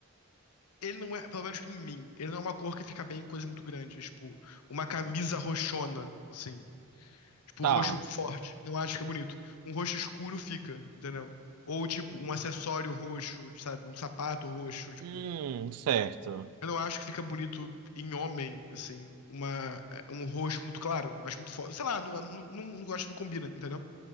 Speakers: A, on the left; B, on the right.
A: Ele não é, pelo menos em mim, ele não é uma cor que fica bem em coisas muito grandes. Tipo, uma camisa roxona, assim. Tipo,
B: Tá.
A: roxo forte. Não acho que é bonito. Um roxo escuro fica, entendeu? Ou, tipo, um acessório roxo, sabe? Um sapato roxo, tipo.
B: Hum, certo.
A: Eu não acho que fica bonito em homem, assim, uma, é, um roxo muito claro. Eu acho muito forte. Sei lá, não, não, não, não gosto, não combina, entendeu?